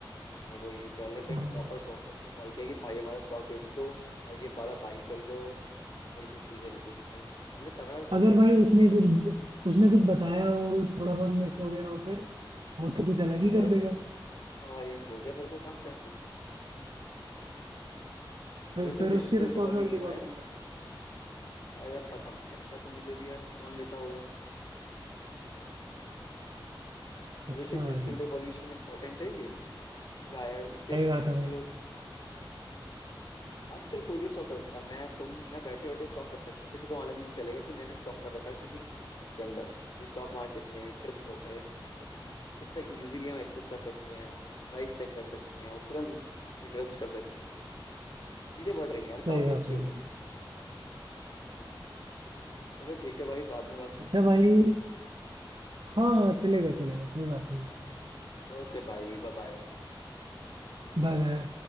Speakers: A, on the left; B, on the right.
A: हाँ वही पहले पे
B: हाँ
A: प्रॉपर ब्रोकर पे कॉल किया कि भाई हमारा स्टॉक बेच दो भाई ये वाला बाई कर लो इस तरीके से चीजें रहती थी भाई पहले तगड़ा हिसाब
B: अगर
A: था
B: भाई उसने कुछ उसने कुछ बताया और वो थोड़ा बहुत मिस हो गया हो फिर वो तो कुछ अलग ही
A: गए
B: कर देगा
A: हाँ भाई हो गया फिर तो काम पैंतीस तभी
B: फिर
A: तो
B: फिर
A: डिजिटल
B: उसकी रिस्पॉन्सिबिलिटी
A: रिवॉल्यूशन आया
B: कौन लेगा
A: है आ, यार पता नहीं यार इसका तो मुझे भी यार कौन लेता होगा
B: अच्छा
A: तभी तो
B: भाई
A: डिजिटल रिवॉल्यूशन इम्पोर्टेंट है ये ये आया है इससे
B: सही
A: कितने
B: बात है भाई
A: लोग आजकल कोई भी स्टॉक कर सकता है मैं तुम यहाँ बैठे बैठे स्टॉक कर सकते हैं किसी को मालूम ही नहीं चलेगा कि मैंने स्टॉक कर रखा है किसी उसके अंदर कोई स्टॉक मार्केट में क्रिप्टो में लाइक कितना इजीली हम एक्सेस कर सकते हैं प्राइस चेक कर सकते हैं और तुरंत इन्वेस्ट कर सकते हैं तो चीजें बढ़ रही हैं यार
B: सही
A: काफी
B: बात
A: अच्छी
B: है
A: हो
B: भाई
A: रही हैं हम्म, चलो ठीक है भाई बाद में बात करते
B: अच्छा
A: हैं
B: भाई
A: आप
B: हाँ हाँ चलेगा चलेगा कोई बात नहीं
A: ओके भाई बाय बाय
B: Bye bye